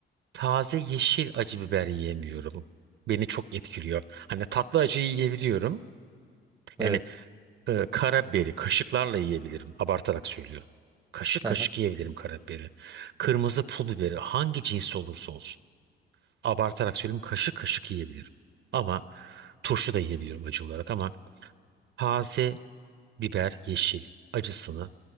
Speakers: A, on the right (about 70°); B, on the right (about 20°).
A: taze yeşil acı biber yiyemiyorum. Beni çok etkiliyor. Hani tatlı acıyı yiyebiliyorum. Yani
B: Evet.
A: e, karabiberi kaşıklarla yiyebilirim. Abartarak söylüyorum. Kaşık
B: Hı
A: kaşık
B: hı.
A: yiyebilirim karabiberi. Kırmızı pul biberi hangi cinsi olursa olsun. Abartarak söyleyeyim kaşık kaşık yiyebilirim. Ama turşu da yiyebiliyorum acı olarak ama taze biber yeşil acısını